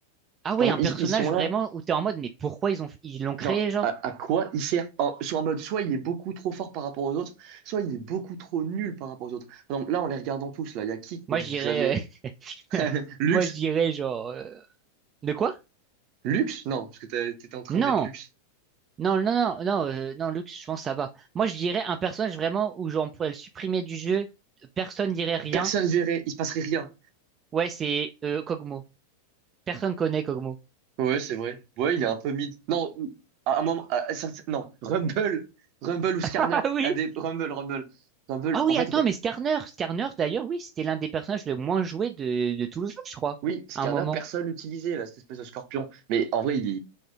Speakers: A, on the right; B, on the right.
A: Ah ouais,
B: Par
A: un
B: exemple,
A: personnage
B: ils, ils sont là.
A: vraiment où t'es en mode, mais pourquoi ils ont, ils l'ont créé,
B: Genre,
A: genre?
B: à, à quoi il sert? En- soit en mode, soit il est beaucoup trop fort par rapport aux autres, soit il est beaucoup trop nul par rapport aux autres. Par exemple, là, en les regardant tous, là, il y a qui qu'on
A: Moi,
B: joue
A: je dirais,
B: jamais? <laughs>
A: euh, <laughs>
B: Lux?
A: moi, je dirais, genre, euh, de quoi?
B: Lux? Non, parce que t'as- t'étais en train
A: Non!
B: de mettre Lux.
A: Non, non, non, non, euh, non, Lux, je pense que ça va. Moi, je dirais un personnage vraiment où genre, on pourrait le supprimer du jeu, personne dirait rien.
B: Personne verrait, il se passerait rien.
A: Ouais, c'est euh, Kog'Maw. Personne connaît Kog'Maw.
B: Ouais, c'est vrai. Ouais, il est un peu mid. Non, ou- à un moment, à- à certain- non, Rumble, Rumble ou Skarner.
A: <laughs> Ah oui?
B: Il y a des Rumble, Rumble, Rumble.
A: Ah oui,
B: En fait,
A: attends,
B: Ru-
A: mais Skarner, Skarner d'ailleurs, oui, c'était l'un des personnages le moins joué de, de tout le jeu, je crois,
B: oui, Skarner,
A: à un moment.
B: personne l'utilisait, là, cette espèce de scorpion. Mais en vrai, il est,